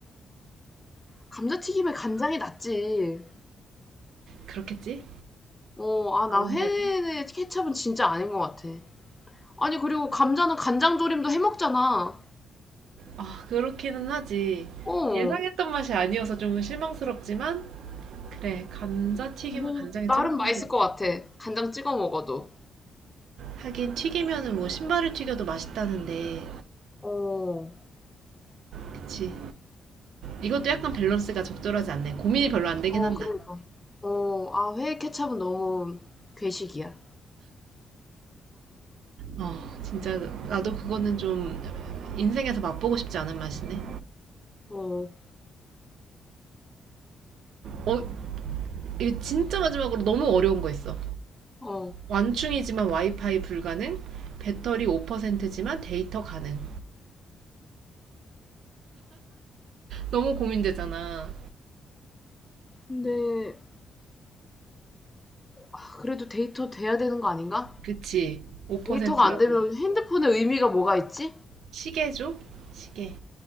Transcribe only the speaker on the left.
감자튀김에 간장이 낫지.
어, 아,
나 회에 케첩은 진짜 아닌 것 같아. 아니, 그리고 감자는 간장 조림도 해 먹잖아.
어,
뭐,
나름
맛있을
것 같아. 간장 찍어 먹어도.
어,
어,
그러니까. 어, 아, 회에 케첩은 너무 괴식이야.
어,
어.
근데, 아, 그래도 데이터 돼야 되는 거 아닌가?
데이터가 안 되면 핸드폰의 의미가 뭐가 있지?